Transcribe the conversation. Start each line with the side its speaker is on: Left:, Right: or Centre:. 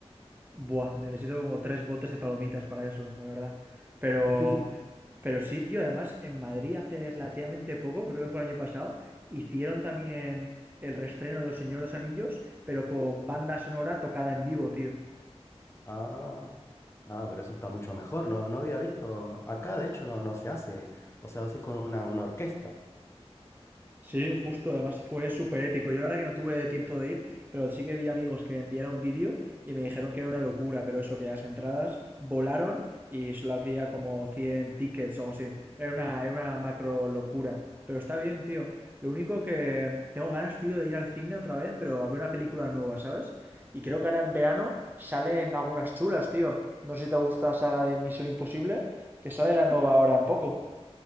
Right: Buah, necesito como tres botes de palomitas para eso, la verdad. Pero,
Left: <laughs>
Right: pero sí, tío, además en Madrid hace relativamente poco, creo que fue el año pasado, hicieron también el reestreno de Los Señores Anillos, pero con banda sonora tocada en vivo, tío.
Left: Ah, ah, pero eso está mucho mejor. No, no había visto. Acá, de hecho, no, no se hace. O sea, lo haces con una, una orquesta.
Right: Sí, justo, además fue súper épico. Yo la verdad que no tuve tiempo de ir, pero sí que vi amigos que enviaron vídeo y me dijeron que era una locura, pero eso, que las entradas volaron y solo había como 100 tickets o algo así. Era una, era una macro locura, pero está bien, tío. Lo único que tengo ganas, tío, de ir al cine otra vez, pero a ver una película nueva, ¿sabes? Y creo que ahora en verano salen algunas chulas, tío. No sé si te gusta la saga de Misión Imposible, que sale la nueva ahora en poco.